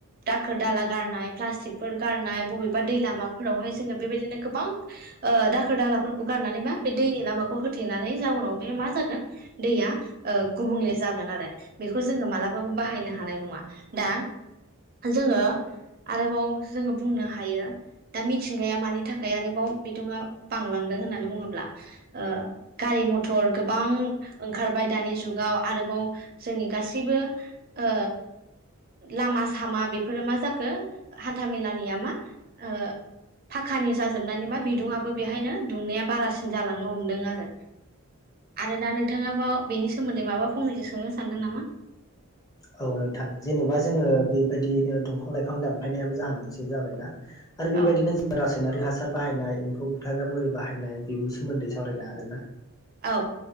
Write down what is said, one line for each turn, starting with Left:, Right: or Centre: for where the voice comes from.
Right: दाखोर दाला गारनाय प्लास्टिकफोर गारनाय बबेबा दै लामाफोरावहाय जोङो बेबायदिनो गोबां ओ दाखोर दालाफोरखौ गारनानै मा बे दैनि लामाखौ होथेनानै जाउनाव बे मा जागोन दैया ओ गुबुंले जागोन आरो बेखौ जोङो मालाबाबो बाहायनो हानाय नङा दा जोङो आरोबाव जोङो बुंनो हायो दा मिथिंगाया मानि थाखाय आरोबाव बिदुङा बांलांदों होननानै बुङोब्ला ओ गारि गारि मथर गोबां ओंखारबाय दानि जुगाव आरोबाव जोंनि गासैबो ओ लामा सामा बेफोरो मा जाखो हान्थामेलानिया मा ओ फाखानि जाजोबनानै मा बिदुङआबो बेहायनो दुंनाया बारासिन जालांनो हमदों आरो आरो दा नोंथाङाबाव बेनि सोमोन्दै माबा फंनैसो सोंनो सानदों नामा?
Left: औ नोंथां जेनेबा जोङो बेबायदिनो दंफां लाइफां दानफायनायाबो जाहा मोनसे जाबायना आरो बेबायदिनो
Right: औ
Left: रास नारि हासार बाहायनाय एम्फौ बुथारग्रा मुलि बाहायनाय बेनि सोमोन्दै सावरायनो हागोन ना?
Right: औ